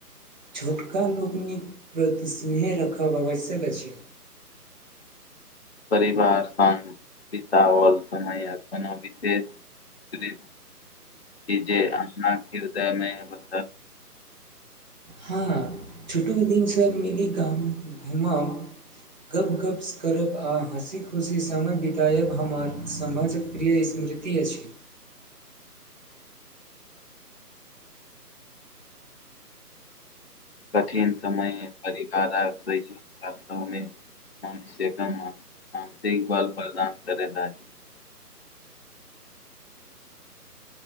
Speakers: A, on the right (about 30°); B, on the left (about 40°).
A: छोटका लोकनिक प्रति स्नेह राखब आवश्यक अछि
B: परिवार स बिताओल समय कोनो विशेष जे अप हृदयमे ब
A: हँ छोटू दिनसँ मिली कऽ घूमब गप्प गप्प स करब आ हँसी खुशी समय बितायब हमर समाजक प्रिय स्मृति अछि
B: कठिन समय परिवार आ सहयोग रास्तामे <unintelligible> मनुष्यक मानसिक बल प्रदान करैत अछि